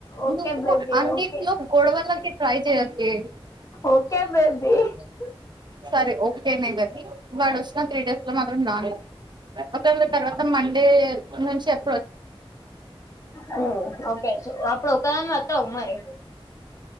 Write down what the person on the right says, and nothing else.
నువ్వు
అన్నిట్లో
గొడవలకి ట్రై చేయకే
సర ఓకే న ఇవకి వాడొస్నా త్రీ డేస్ లో మాత్రం రాన్, ఒకేళ్ తర్వాత మ టే నేన్ చెప్